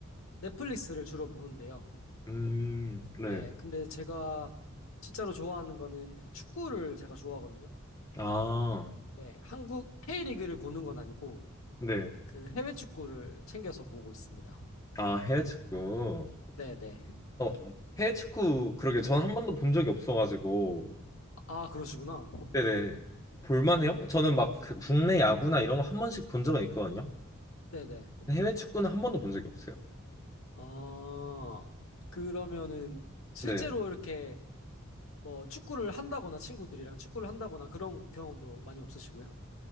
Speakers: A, on the left; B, on the left.
A: 넷플릭스를 주로 보는데요.
B: 음, 네.
A: 네. 근데 제가 진짜로 좋아하는 거는 축구를 제가 좋아하거든요.
B: 아,
A: 네. 한국 K리그를 보는 건 아니고
B: 네.
A: 그 해외 축구를 챙겨서 보고 있습니다.
B: 아, 해외 축구.
A: 네, 네.
B: 어, 해외 축구 그러게 저는 한 번도 본 적이 없어가지고.
A: 아, 그러시구나.
B: 네네. 볼만해요? 저는 막 그 국내 야구나 이런 거 한 번씩 본 적은 있거든요.
A: 네, 네.
B: 해외 축구는 한 번도 본 적이 없어요.
A: 아, 그러면은 실제로
B: 네.
A: 이렇게 뭐 축구를 한다거나 친구들이랑 축구를 한다거나 그런 경험도 많이 없으시고요?